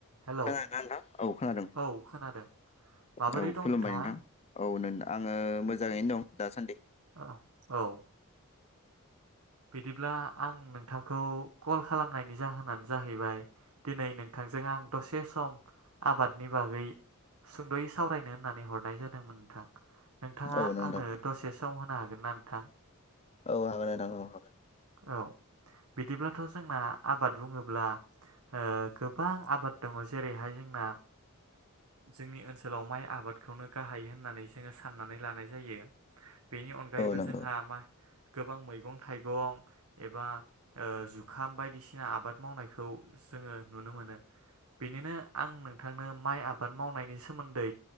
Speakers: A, on the right; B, on the left.
A: Hello
B: खोनादोंना नोंथां? औ खोनादों
A: औ खोनादों माबोरै
B: औ
A: दं
B: खुलुमबाय
A: नोंथाङा
B: नोंथां औ आङो मोजाङैनो दं। दासानदि
A: औ औ बिदिब्ला आं नोंथांखौ कल खालामनायनि जाहोनानो जाहैबाय दिनै नोंथांजों आं दसे सम आबादनि बागै सुंद'यै सावरायनो होननानै हरनाय जादोंमोन नोंथां। नोंथाङा
B: औ नोंथां
A: आंनो दसे सम होनो हागोनना? थां
B: औ हागोन नोंथां औ हागोन।
A: औ बिदिब्लाथ' जोंना आबाद बुङोब्ला ओ गोबां आबाद दङ जेरैहाय जोंना जोंनि ओनसोलाव माइ आबादखौनो गाहाय होननानै जोङो साननानै लानाय जायो। बेनि अनगायैबो
B: औ नंगौ।
A: जोंहा माइ गोबां मैगं थाइगं एबा ओ जुखाम बायदिसिना आबाद मावनायखौ जोङो नुनो मोनो। बिनिनो आं नोंथांनो माइ आबाद मावनायनि सोमोन्दै